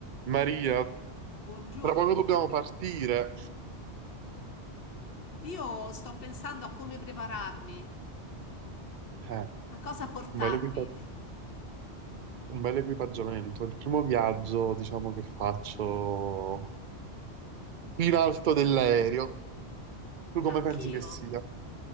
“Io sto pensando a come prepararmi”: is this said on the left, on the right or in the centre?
Left